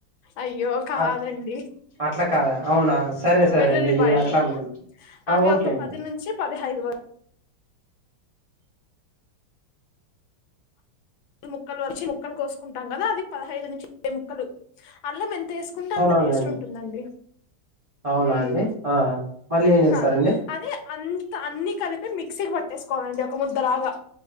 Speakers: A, on the left (about 80°); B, on the right (about 40°).
A: అయ్యో కాదండి
B: అ అట్లా కాదా అవునా సరే సరే
A: వెల్లుల్లిపాయలు
B: అండి. నేను అట్లా అనుకున్నా
A: అవి
B: ఓకే
A: ఒక
B: అండి.
A: పది నుంచి పదిహైదు వరకు ముక్కలు వల్చి ముక్కలు కోసుకుంటాం కదా అది పదహైదు నుంచి ఇరవై ముక్కలు అల్లం ఎం తేసుకుంటే
B: అవునవునులేండి
A: అంత టేస్ట్ ఉంటుందండి.
B: అవునా
A: హ్మ్
B: అండి ఆ మళ్ళీ ఏం చేస్తారండి
A: హా అదే అంతా అన్ని కలిపి ఇ మిక్సీకి పట్టేసుకోవాలండి ఒక ముద్ద లోగా